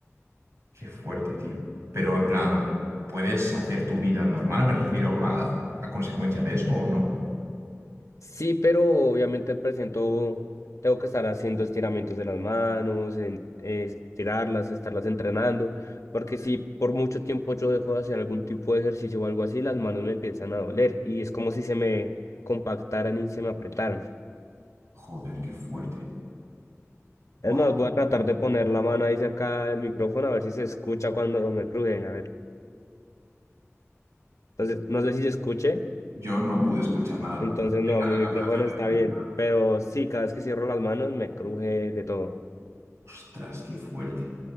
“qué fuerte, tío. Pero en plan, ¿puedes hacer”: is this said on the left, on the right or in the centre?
Right